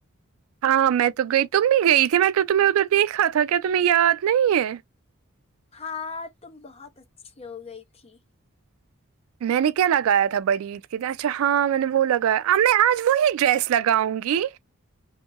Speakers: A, on the right; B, on the left.
A: ہاںاں میں تو گئی تم نہیں گئی تھی میں تو تمہیں ادھر دیکھا تھا کیا تمہیں یاد نہیں ہے
B: ہاں تم بہت اچھی ہو گئی تھی
A: میں نے کیا لگایا تھا بڑی عید کے لیے اچھا ہاں میں نے وہ لگایا اب میں آج وہی ڈریس لگاؤں گی